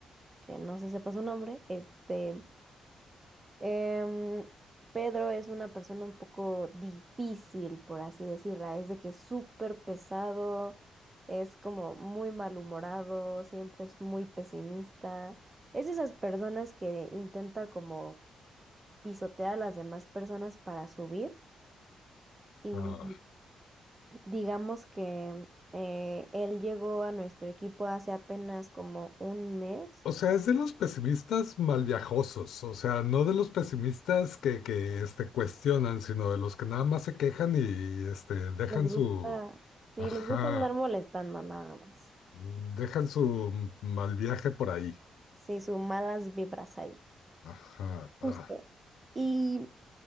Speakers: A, on the right (about 20°); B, on the left (about 90°).
A: que no se sepa su nombre, este... Em, Pedro es una persona un poco difícil, por así decirla. Es de que es súper pesado, es como muy malhumorado, siempre es muy pesimista. Es de esas personas que intenta como pisotear a las demás personas para subir. Y
B: Ah,
A: digamos que eh, él llegó a nuestro equipo hace apenas como un mes.
B: o sea, es de los pesimistas malviajosos, o sea, no de los pesimistas que, que este, cuestionan, sino de los que nada más se quejan y este, dejan
A: Les gusta,
B: su...
A: sí,
B: Ajá,
A: les gusta andar molestando nada más.
B: dejan su mal viaje por ahí.
A: Sí, sus malas vibras ahí,
B: Ajá.
A: justo.
B: ah.
A: Y